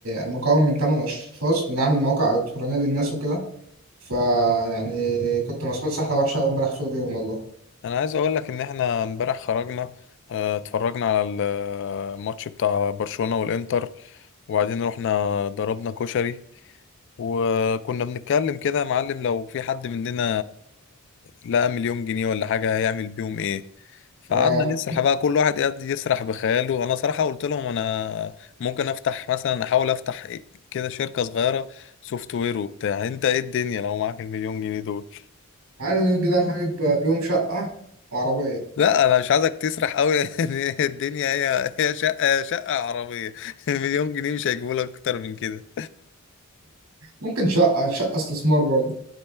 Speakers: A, on the right; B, on the left.
A: مكون من تمن أشخاص بنعمل مواقع إلكترونية للناس وكده فيعني كنت مسحول سحلة وحشة أوي امبارح طول اليوم والله
B: انا عايز اقول لك ان احنا امبارح خرجنا آه، اتفرجنا على الماتش بتاع برشلونة والانتر وبعدين رحنا ضربنا كشري وكنا بنتكلم كده يا معلم لو في حد مننا لقى مليون جنيه ولا حاجة هيعمل بيهم ايه فقعدنا
A: ياه،
B: نسرح بقى كل واحد قاعد يسرح بخياله انا صراحة قلت لهم انا ممكن افتح مثلا احاول افتح كده شركة صغيرة سوفت وير وبتاع انت ايه الدنيا لو معاك المليون جنيه دول
A: عايز كده أروح أجيب بيهم شقة وعربية
B: لا انا مش عايزك تسرح قوي <laughs> يعني الدنيا هي هي شقة شقة عربية <laughs> مليون جنيه مش هيجيبوا لك اكتر من كده
A: ممكن شقة شقة استثمار برضه